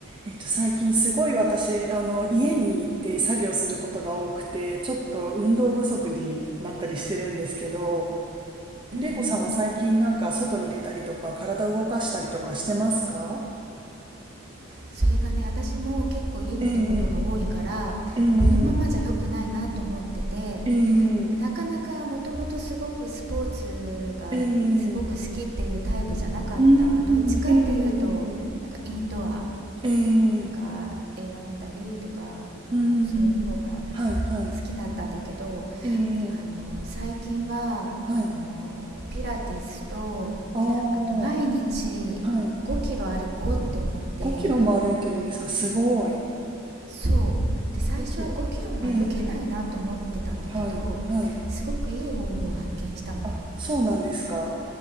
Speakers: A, on the right; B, on the right.
A: えっと、最近すごい私、あの、家にで作業することが多くて、ちょっと運動不足になったりしてるんですけど、
B: うんうん。
A: 玲子さんは最近なんか外に出たりとか、体動かしたりとかしてますか
B: それがね、私も結構家にいることが多いから、
A: ええ、ええ、
B: このままじゃ良くないなと思ってて、
A: ええ、
B: でもなかなかもともとすごくスポーツがすごく好きっていうタイプじゃなかった。
A: ええ、うーん、
B: どっちかっていうと、
A: ええ、
B: なんかインドア
A: ええ、
B: なんか映画見たりとかあのそういう方が
A: うーん、はい、はい、
B: 好きだったんだけど
A: ええ、
B: あの最近はあのピラティスと
A: はい、ああ、
B: あと毎日5キロ歩こうって思って
A: はい。5キロも歩いてるんですかすごい。
B: そう。で、最初は5キロも歩けないなと思ってたんだけど、
A: 5キロ。ええ、はい、はい。
B: すごくいい方法を発見したの。
A: あ、そうなんですか。